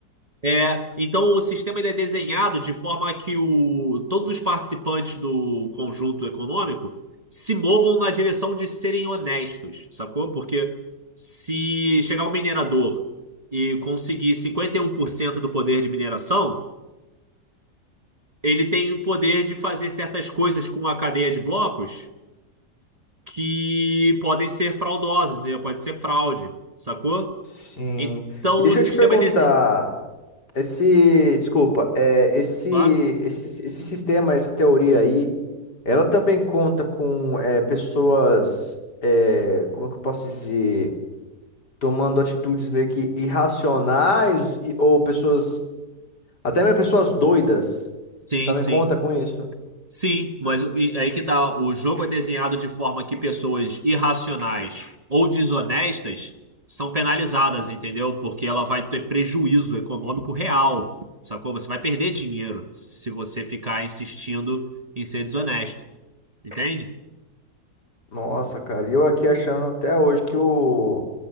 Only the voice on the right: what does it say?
É, então o sistema ele é desenhado de forma que o, todos os participantes do conjunto econômico se movam na direção de serem honestos, sacou? Porque se chegar um minerador e conseguir 51% do poder de mineração, ele tem o poder de fazer certas coisas com a cadeia de blocos que podem ser fraudosas, né? Pode ser fraude, sacou?
Então
o sistema
é desenhado.
Claro.
Sim,
sim.
Sim, mas o- e aí que tá. O jogo é desenhado de forma que pessoas irracionais ou desonestas são penalizadas, entendeu? Porque ela vai ter prejuízo econômico real, sacou? Você vai perder dinheiro se você ficar insistindo em ser desonesto, entende?